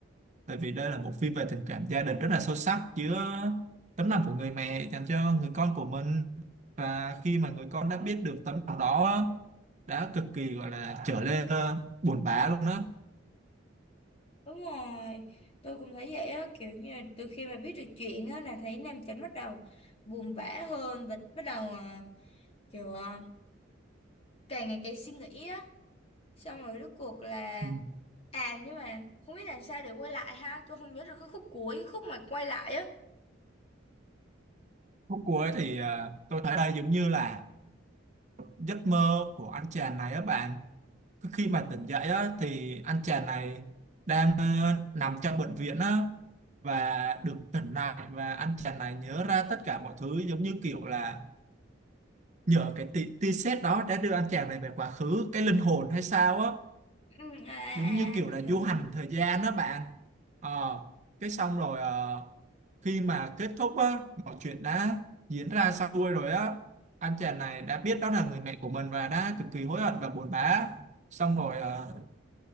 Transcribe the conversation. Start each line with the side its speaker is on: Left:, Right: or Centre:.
Right: Tại vì đây là một phim về tình cảm gia đình rất là sâu sắc chứa tấm lòng của người mẹ dành cho người con của mình. Và khi mà người con đã biết được tấm lòng đó á, đã cực kỳ, gọi là, trở lên, ơ, buồn bã luôn á.
Left: Đúng rồi, tôi cũng thấy vậy á, kiểu như là từ khi mà biết được chuyện á là thấy Nam Chánh bắt đầu buồn bã hơn và bắt đầu à, kiểu à, càng ngày càng suy nghĩ á, xong rồi rốt cuộc là
Right: Ừm,
Left: à nhưng mà không biết làm sao để quay lại ha, tôi không nhớ được cái khúc cuối, khúc mà quay lại á.
Right: khúc cuối thì, à, tôi thấy đây giống như là giấc mơ của anh chàng này á bạn Cứ khi mà tỉnh dậy á thì anh chàng này đang ờ, nằm trong bệnh viện á và được tỉnh lại và anh chàng này nhớ ra tất cả mọi thứ giống như kiểu là nhờ cái tia tia sét đó đã đưa anh chàng này về quá khứ cái linh hồn hay sao á
Left: Ừ, à, à,
Right: giống như
Left: à,
Right: kiểu
Left: tôi
Right: là
Left: nhớ
Right: du
Left: rồi.
Right: hành thời gian đó bạn ờ cái xong rồi ờ, khi mà kết thúc á mọi chuyện đã diễn ra xong xuôi rồi á anh chàng này đã biết đó là người mẹ của mình và đã cực kỳ hối hận và buồn bã xong rồi ờ,